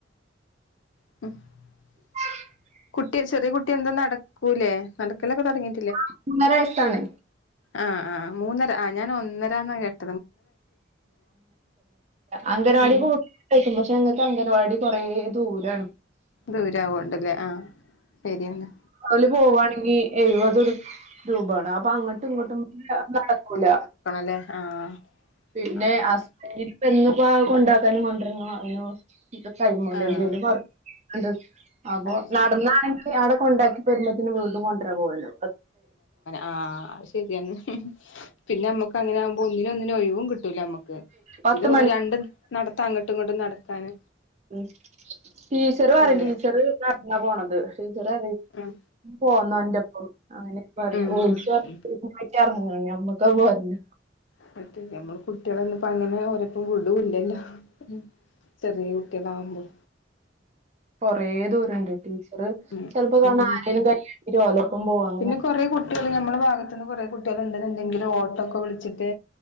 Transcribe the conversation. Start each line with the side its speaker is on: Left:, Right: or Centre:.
Left: <unintelligible>
Right: <inaudible>
Left: കുട്ടി ചെറിയ കുട്ടി എന്താ നടക്കൂലേ നടക്കലൊക്ക തൊടങ്ങി
Right: ആഹ് മൂന്നര വയസ്സാണ്
Left: ആഹ് ആഹ് മൂന്നര ആഹ് ഞാൻ ഒന്നരാന്നാ കേട്ടെ
Right: അംഗൻവാടി
Left: ഉം
Right: കൂ <unintelligible> പക്ഷെ ഞങ്ങക്ക് അംഗനവാടി കൊറേ ദൂരേണ്
Left: ദൂരവോണ്ടല്ലേ ആഹ് ശരിയെന്നാ
Right: ഓല് പോവാണെങ്കി എഴുപത് രൂപേ ണ് പ്പ അങ്ങട്ടും ഇങ്ങട്ടും നടക്കൂല
Left: അല്ലെ ആഹ്
Right: പിന്നെ
Left: അങ്ങനെ
Right: <unintelligible> ഇന്ന്പ്പൊ കൊണ്ടാക്കാനും കൊണ്ടരാനും വര്ണു ഇപ്പൊ ടൈമൂല
Left: ആഹ്
Right: എന്തേലും വർ ക്കണ്ട് അപ്പൊ
Left: അത് ശരി
Right: നടന്നാണെങ്കി <unintelligible> അവിട കൊണ്ടാക്കി വരുന്നതിന് വീണ്ടും കൊണ്ടുവരാ പോവല്ലൊ
Left: ആ അത് ശെരിയ പിന്നെ നമ്മുക്ക് അങ്ങനെ ആകുമ്പോ ഒന്നിനും ഒന്നിനും ഒഴിവും കി ട്ടൂല നമ്മുക്ക്
Right: പത്ത്
Left: ഇത്
Right: മണിക്ക്
Left: രണ്ട് നടത്ത അങ്ങട്ടും ഇങ്ങട്ടും നടക്കാന്
Right: ഉ ടീച്ചറ് പറയും
Left: അതെ
Right: ടീച്ചറ് നടന്നാ പോണത് ടീച്ചറ്
Left: ഉം
Right: പോന്നോന്റപ്പം അങ്ങനെ പറയാ
Left: ഉം
Right: ഓരിക്ക്
Left: ഉം
Right: ഇറങ്ങ ഞമ്മുക്ക പോല്ല
Left: പറ്റൂല നമ്മള് കുട്ടികളാര്ന്നപ്പ അങ്ങനെ ഒരെടത്തും വിടൂല്ലല്ലോ ഉം ചെറിയ കുട്ടികളാവുമ്പൊ
Right: കൊറേ ദൂരണ്ട് ടീച്ചറ്
Left: ഉം
Right: ചെൽപ്പോ കാണാ
Left: ഉം
Right: ആരേലും കയ്യ്ട്ട്ട്ട് ഓലപ്പം പോണ്
Left: പിന്നെ കുറെ കുട്ടിൾ ഞമ്മുടെ ഭാഗത്തുനിന്ന് കുറെ കുട്ടികൾ ഉണ്ടെന്നുണ്ടെങ്കിലും ഓട്ടോക്കെ വിളിച്ചിട്ട്